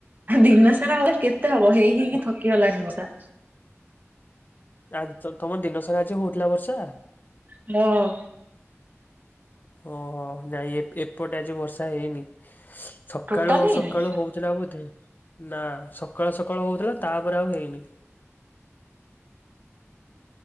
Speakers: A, on the right (about 40°); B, on the left (about 40°).
A: ଦିନ ସାରା ହେଲେ କେତେ ହବ ହେଇ ହେଇକି ଥକି ଗଲାଣି ବର୍ଷା।
B: ଆଜ ତୋମ ଦିନସାରା ଆଜି ହଉଥିଲା ବର୍ଷା?
A: ହଁ।
B: ଓହୋ! ନାଇଁ ଏପ୍ ଏପଟେ ଆଜି ବର୍ଷା ହେଇନି। ସକାଳୁ
A: ଟୋଟାଲ ହେଇନି
B: ସକାଳୁ ହଉଥିଲା ବୋଧେ। ନା ସକାଳୁ ସକାଳୁ ହଉଥିଲା, ତାପରେ ଆଉ ହେଇନି।